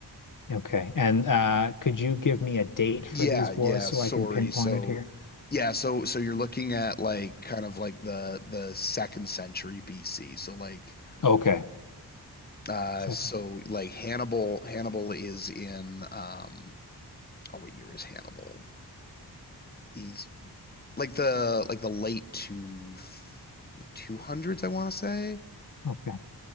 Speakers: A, on the left; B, on the left.
A: Okay. And uh, could you give me a date for
B: Yeah,
A: these
B: yeah,
A: wars so
B: sorry.
A: I can pinpoint
B: So
A: it here?
B: yeah, so so you're looking at like kind of like the the second century BC. So like
A: Okay.
B: uh
A: Second.
B: so like Hannibal Hannibal is in um oh what year is Hannibal? He's like the like the late two 200s I want to say.
A: Okay.